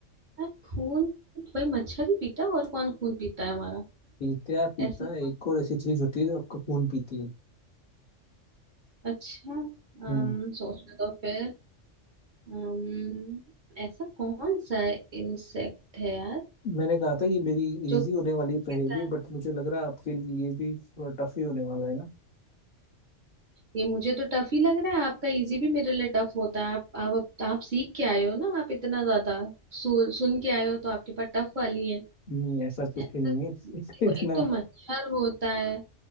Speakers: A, on the right; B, on the left.
A: यार खून भाई मच्छर ही पीता है, और कौन खून पीता है हमारा
B: पीता पीता
A: ऐसी
B: है एक और ऐसी चीज होती है जो आपका खून पीती है
A: अच्छा अम,
B: हम्म
A: सोचने दो फिर अम, ऐसा कौन सा इंसेक्ट है यार
B: मैंने कहा था ये मेरी
A: जो
B: इजी होने वाली पहेली
A: पीता
B: बट मुझे लग रहा है आपके लिए ये भी थोड़ा टफ ही होने वाला है ना
A: ये मुझे तो टफ ही लग रहा है आपका इजी भी मेरे लिए टफ होता है आप आप आप सीख के आए हो ना आप इतना ज्यादा सु, सुन के आए हो तो आपके पास टफ वाली है
B: नहीं ऐसा कुछ
A: तो
B: ही नहीं है <laughs>
A: देखो
B: इत- इतना
A: एक तो मच्छर होता है